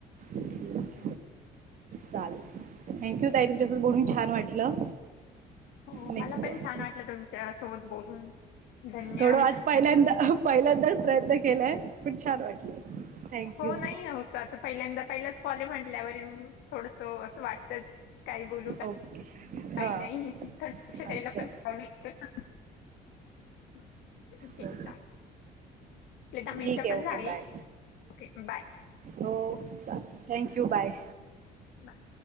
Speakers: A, on the right (about 50°); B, on the left (about 80°).
A: ठीक
B: हं.
A: चालेल थँक्यू ताई तुमच्यासोब बोलून छान वाटलं.
B: हो.
A: नेक्स्ट
B: मला पण
A: टाईम
B: छान वाटलं, तुमच्या सोबत बोलून. धन्यवाद.
A: थोडं आज पहिल्यांदा, पहिल्यांदा प्रयत्न केलाय पण छान वाटलं. थँक्यू
B: हो नाहीे होत. आता पहिल्यांदा पहिलाच कॉल आहे, म्हटल्यावर थोडंसं असं वाटतंच काय बोलू.
A: ओके.
B: काही
A: हां
B: नाही थोड्या लक्षात यायला
A: अच्छा
B: <unintelligible> येतो ना. ठीक
A: हो
B: आहे चाल. ते दहा मिनिटं
A: ठीक आहे
B: पण
A: ओके
B: झाले
A: बाय
B: ओके बाय.
A: हो चाल थँक्यू बाय.
B: बाय.